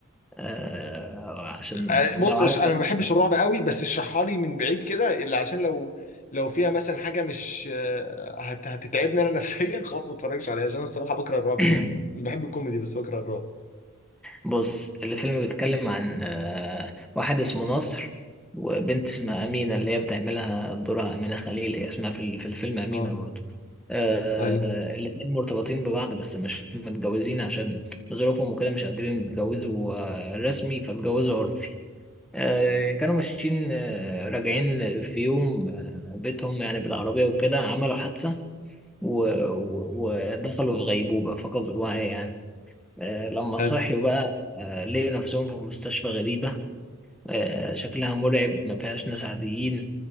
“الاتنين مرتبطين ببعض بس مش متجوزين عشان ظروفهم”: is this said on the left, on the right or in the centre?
Centre